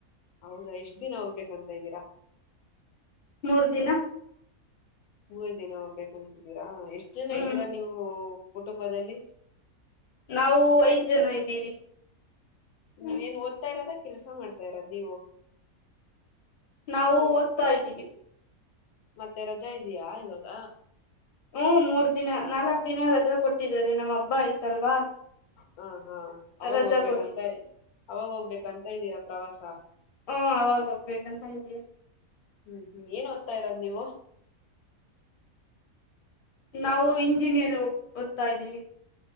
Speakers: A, on the left; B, on the left.
A: ಹೌದಾ ಎಷ್ಟ ದಿನ ಹೋಗ್ಬೇಕಂತ ಇದ್ದೀರಾ.
B: ಮೂರ್ ದಿನ.
A: ಮೂರ ದಿನ ಹೋಗ್ಬೇಕಂತಿದ್ದೀರಾ ಎಷ್ಟ್ ಜನ
B: ಹ್ಮ್
A: ಇದ್ದೀರಾ ನೀವು ಕುಟುಂಬದಲ್ಲಿ
B: ನಾವು ಐದ್ ಜನ ಇದ್ದೀವಿ.
A: ನೀವಏನ್ ಓದ್ತಾ ಇರೋದ ಕೆಲ್ಸ ಮಾಡ್ತಾ ಇರೋದು ನೀವು.
B: ನಾವು ಓದ್ತಾ ಇದ್ದೀವಿ.
A: ಮತ್ತೆ ರಜಾ ಇದಿಯಾ ಇವಾಗ
B: ಹ್ಮ ಮೂರ್ ದಿನ ನಾಲ್ಕ್ ದಿನ ರಜಾ ಕೊಟ್ಟಿದಿದ್ದಾರೆ ನಮ್ಮ ಹಬ್ಬ ಆಯ್ತಲ್ವಾ
A: ಹಾ ಹಾ ಅವಾಗ
B: ರಜಾ
A: ಹೋಗ್ಬೇಕಂತ
B: ಕೊಟ್ಟಿದ್ದಾರೆ
A: ಅವಾಗ ಹೋಗ್ಬೇಕಂತ ಇದ್ದೀರಾ ಪ್ರವಾಸ
B: ಹ್ಮ ಅವಾಗ ಹೋಗ್ಬೇಕಂತ ಇದ್ದೀನಿ
A: ಹ್ಮ್ ಹ್ಮ್ ಏನ್ ಓದ್ತಾ ಇರೋದು ನೀವು
B: ನಾವು ಇಂಜಿನಿಯರ್ ಓದ್ತಾ ಇದ್ದೀವಿ